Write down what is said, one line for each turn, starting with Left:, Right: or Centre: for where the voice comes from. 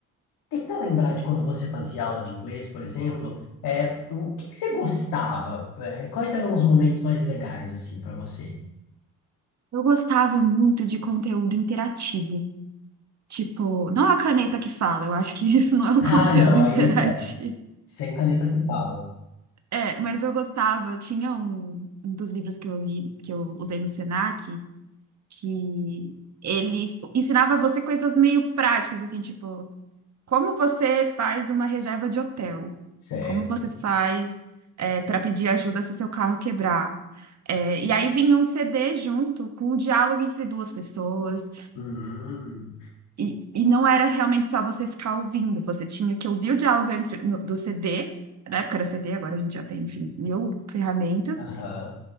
Left: Tenta lembrar de quando você fazia aula de inglês, por exemplo, é o que que você gostava? Eh, Quais eram os momentos mais legais, assim, para você? <laughs>
Right: Eu gostava muito de conteúdo interativo. Tipo, não é a caneta que fala, eu acho que <laughs> isso não é um
Left: Ah,
Right: <laughs> conteúdo
Left: não, aí,
Right: interativo.
Left: né, sem caneta que fala,
Right: É, mas eu gostava, tinha um, um dos livros que eu li, que eu usei no Senac, que ele ensinava você coisas meio práticas, assim, tipo, como você faz uma reserva de hotel?
Left: certo.
Right: Como você faz, para pedir ajuda se seu carro quebrar? É, e aí vinha um CD junto com o diálogo entre duas pessoas.
Left: Hum,
Right: E, e não era realmente só você ficar ouvindo, você tinha que ouvir o diálogo entre, no- do CD, na época era CD, agora a gente já tem, enfim, mil ferramentas,
Left: aham,